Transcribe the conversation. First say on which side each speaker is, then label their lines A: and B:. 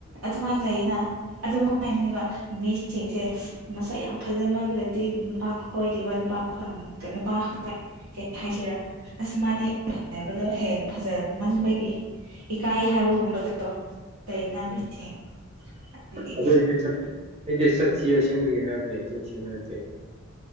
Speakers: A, on the right (about 80°); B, on the right (about 30°).
A: ꯑꯗꯨꯃꯥꯏꯅ ꯂꯩꯌꯦꯅ ꯑꯗꯨꯃꯥꯏꯅꯦꯕ ꯃꯤꯁꯤꯡꯁꯦ ꯃꯁꯛ ꯌꯥꯝ ꯐꯖꯃꯜꯂꯗꯤ ꯅꯨꯄꯥ ꯀꯣꯏꯗꯦꯕ ꯅꯨꯄꯥ ꯐꯪ ꯅꯨꯄꯥ ꯀꯩ ꯍꯥꯏꯁꯤꯔ ꯑꯁ ꯃꯥꯗꯤ ꯌꯥꯝ ꯐꯖꯕꯗꯣ ꯍꯦꯟꯅ ꯐꯖ ꯃꯟꯕꯒꯤ ꯏꯀꯥꯏ ꯍꯥꯏꯕꯒꯨꯝꯕꯗꯣ ꯂꯩꯩꯅ
B: ꯎꯝ
A: ꯃꯤꯁꯤꯡ ꯑꯗꯨꯗꯒꯤ
B: ꯑꯗꯨ ꯑꯩꯗꯤ ꯁꯛ ꯑꯩꯗꯤ ꯁꯛ ꯊꯤ ꯑꯁꯦꯡꯕꯒꯤ ꯍꯥꯏꯕꯅꯦ ꯆꯤꯟ ꯊꯤꯕ ꯅꯠꯇꯦ